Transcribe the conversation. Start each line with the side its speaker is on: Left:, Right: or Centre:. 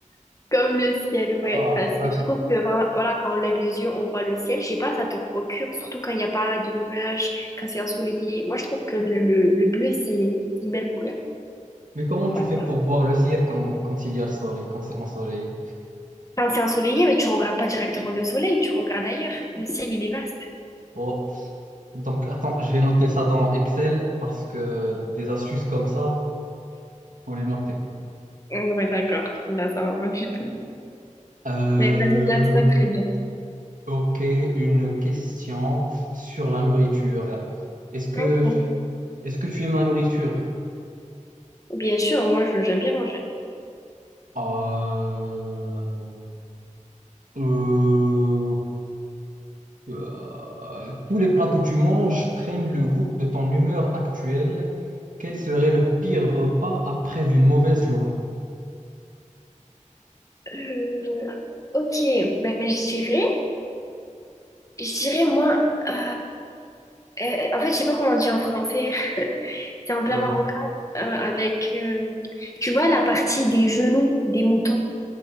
Left: Comme le ciel, ouais.
Right: ah,
Left: Parce
Right: d'accord.
Left: que je trouve que vra- voilà, quand on lève les yeux, on voit le ciel. Je sais pas, ça te procure, surtout quand il n'y a pas de nuages, quand c'est ensoleillé. Moi, je trouve que le, le- le bleu, c'est c'est une belle couleur.
Right: Mais comment tu
Left: Voilà.
Right: fais pour voir le ciel quand, quand il y a le soleil, quand c'est ensoleillé?
Left: Quand c'est ensoleillé, mais tu regardes pas directement le soleil, tu regardes ailleurs. Le ciel, il est vaste.
Right: Oh. Donc, attends, je vais noter ça dans Excel parce que des astuces comme ça, il faut les noter.
Left: Oui, d'accord. Là, ça va pas du tout.
Right: Euh,
Left: Mais vas-y, là, t'en as très bien.
Right: ok, une question sur la nourriture. Est-ce que,
Left: Ok.
Right: est-ce que tu aimes la nourriture?
Left: Bien sûr, moi, je- j'aime bien manger.
Right: Euh, euh, euh, tous les plats que tu manges prennent le goût de ton humeur actuelle. Quel serait le pire repas après une mauvaise journée?
Left: Euh, ok, ben, je dirais, je dirais, moi, euh, euh, en fait, je sais pas comment on dit en français. <laughs> C'est un plat
Right: Euh,
Left: marocain euh, avec, euh, tu vois, la partie des genoux des moutons.